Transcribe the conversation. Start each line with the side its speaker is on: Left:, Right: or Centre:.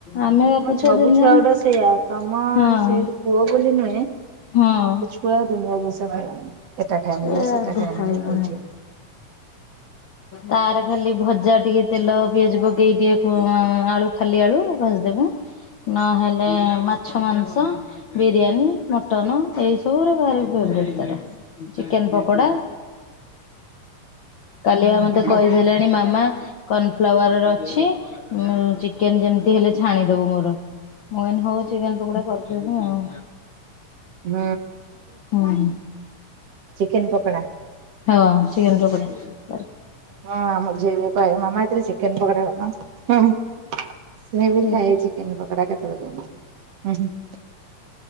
Left: ଆମେ ବାପ
Right: ହଁ ସବୁ
Left: ତିନି
Right: ଛୁଆ
Left: ଜଣ
Right: ଗୁଡା ସେଇଆ ତମ
Left: ହଁ
Right: ସେ ପୁଅ ବୋଲି ନୁହେଁ।
Left: ହଁ।
Right: ପୁରା ଦୁନଆ ଜିନିଷ ଖ ଏ ଖାଇ
Left: ସେ
Right: ମାନେ ସେଟା
Left: ଅଧେ
Right: ଖାଇ
Left: ଖାଇବନି।
Right: ମାନେ ଏଇଠି
Left: ତାର ଖାଲି ଭଜା ଟିକେ ତେଲ ପିଆଜ ପକେଇକି ଟିକେ ଆଳୁ ଖାଲି ଆଳୁ ଭାଜି ଦେବ ନହେଲେ ମାଛ ମାଂସ ବିରିଆନୀ ମଟନ ଏସବୁ ରେ ଭାରି ଚିକେନ୍ ପକୋଡ଼ା। କାଲିଆ ମତେ
Right: ହୁଁ
Left: କହିଦେଲେଣି ମାମା କର୍ନଫ୍ଲାୱାର ର ଅଛି ଚି କେନ୍ ଯେମ୍ତି ହେଲେ ଛାଣିଦବୁ ମୋର ମୁଁ ଏନ୍ ହଉ ଚିକେନ୍ ପକୋଡ଼ା କରି ଦେମି ଆଉ।
Right: ହୁଁ।
Left: <inaudible>
Right: ଚିକେନ୍ ପୋକୋଡ଼ା।
Left: ହାଁ ଅ ଚିକେନ୍ ପୋକ୍ଡ଼ା।
Right: ହଁ ଆଁ ମୋ ଝିଅ କଇବ ମାମା ଏତିରେ ଚିକେନ୍ ପକୋଡ଼ା କରୁନ ହୁଁ ହୁଁ। ସେ ବି
Left: ହୁଁ
Right: ଖାଏ ଚିକେନ୍ ପକ୍ଡ଼ା କେତବେଳେ କେମିତି।